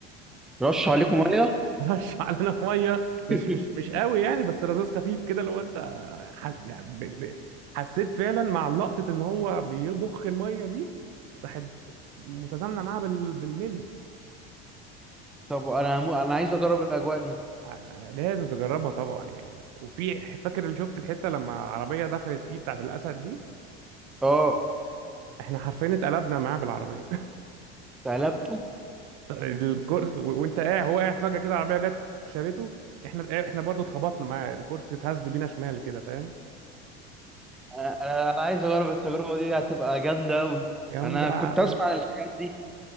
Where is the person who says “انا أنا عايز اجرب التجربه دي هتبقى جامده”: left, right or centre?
Centre